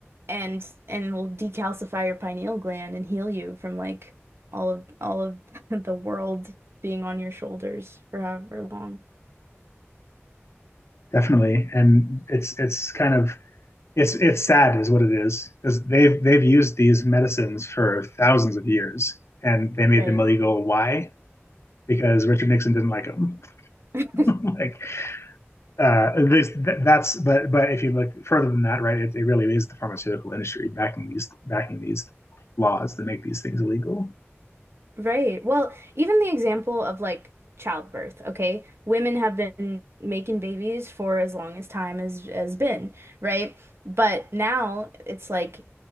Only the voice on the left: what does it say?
definitely, and it's it's kind of it's it's sad is what it is because they've they've used these medicines for thousands of years, and they made
them illegal. Why? Because Richard Nixon didn't like them.
<laughs> like uh, this, th- that's but but if you look further than that, right? It, it really is the pharmaceutical industry backing these backing these laws that make these things illegal.